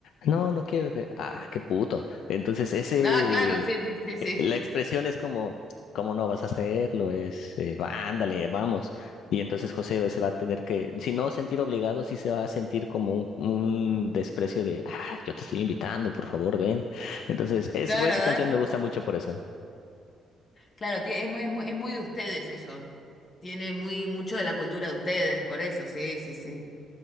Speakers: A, on the left (about 75°); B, on the left (about 40°).
A: No, no quiero que. Ah, qué puto. Entonces, ese.
B: Ah, claro, sí, sí, sí,
A: eh,
B: sí.
A: La expresión es como, ¿cómo no vas a hacerlo? Es, eh, va, ándale, vamos. Y entonces José se va a tener que, si no sentir obligado, sí se va a sentir como un, un desprecio de, ah, yo te estoy invitando, por favor, ven. Entonces, es,
B: Claro,
A: esa canción me gusta mucho por eso.
B: Claro, tie- es muy, es muy, es muy de ustedes eso. Tiene muy mucho de la cultura de ustedes, por eso, sí, sí, sí.